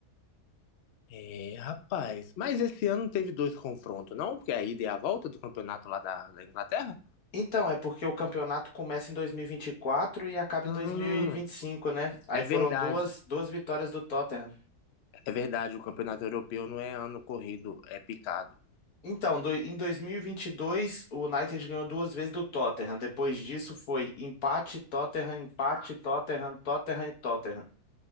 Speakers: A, on the left; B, on the left.
A: É, rapaz. Mas esse ano não teve dois confrontos, não? Porque a ida e a volta do campeonato lá da, da Inglaterra?
B: Então, é porque o campeonato começa em dois mil e vinte e e quatro e acaba
A: Hum,
B: em dois mil e e vinte e cinco, né? Aí
A: é
B: foram
A: verdade.
B: duas, duas vitórias do Tottenham.
A: É verdade, o campeonato europeu não é ano corrido, é picado.
B: Então, do- em dois, mil e vinte e dois, o United ganhou duas vezes do Tottenham. Depois disso foi empate, Tottenham, empate, Tottenham, Tottenham e Tottenham.